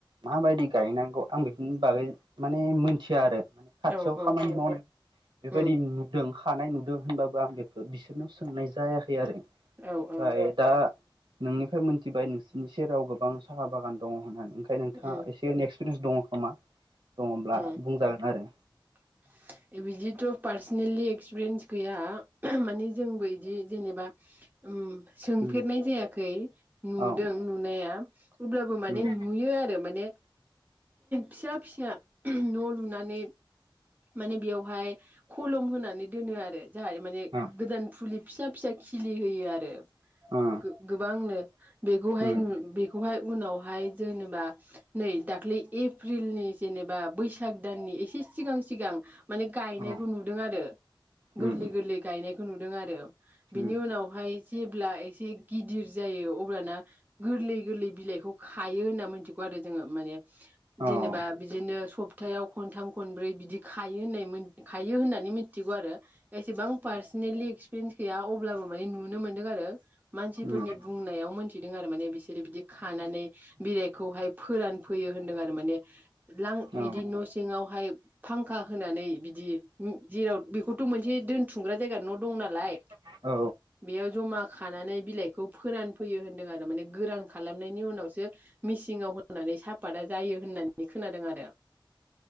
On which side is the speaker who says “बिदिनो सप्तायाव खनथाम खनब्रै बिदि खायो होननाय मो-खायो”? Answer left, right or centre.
Right